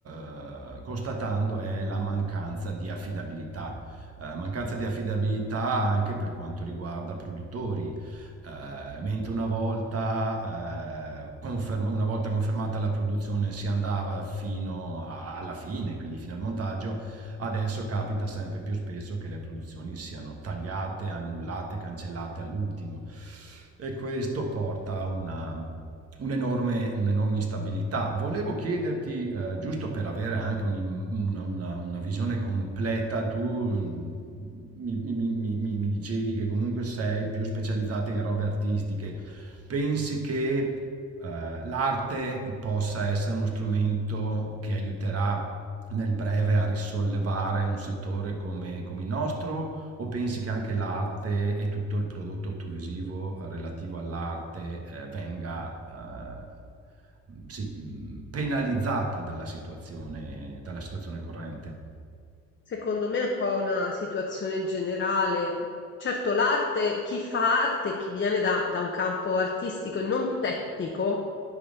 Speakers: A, on the right (about 50°); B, on the left (about 40°).
A: eh, constatando è la mancanza di affidabilità eh, mancanza di affidabilità anche per quanto riguarda produttori. Eh, mentre una volta, eh, conferma- una volta confermata la produzione si andava fino a- alla fine, quindi fino al montaggio, adesso capita sempre più spesso che le produzioni siano tagliate, annullate, cancellate all'ultimo e questo porta a una un'enorme, un'enorme instabilità. Volevo chiederti, eh, giusto per avere anche un'im- una, una- una visione completa, tu mm, mi, mi- mi- mi- mi dicevi che comunque sei più specializzata in robe artistiche. Pensi che eh, l'arte possa essere uno strumento che aiuterà nel breve a risollevare un settore come come il nostro? O pensi che anche l'arte e tutto il prodotto audiovisivo eh, relativo all'arte, ehm, venga, ehm, mhmm, sì, mhmm, penalizzata dalla situazione dalla situazione corrente?
B: Secondo me è un po' una situazione generale. Certo, l'arte, chi fa arte, chi viene da, da un campo artistico e non tecnico,